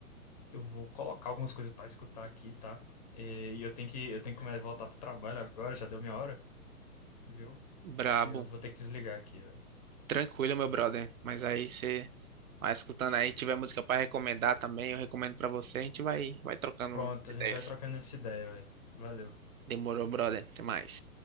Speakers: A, on the left; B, on the right.
A: eu vou colocar algumas coisas pra escutar aqui, tá? E, e eu tenho que, eu tenho que começar a voltar pro trabalho agora, já deu minha hora, viu?
B: Brabo.
A: Eu vou ter que desligar aqui, velho.
B: Tranquilo, meu brother. Mas aí você vai escutando aí, tiver música pra recomendar também, eu recomendo pra você, a gente vai, vai trocando
A: Pronto, a
B: ideias.
A: gente vai trocando essa ideia, velho. Valeu,
B: Demorou, brother. Até mais.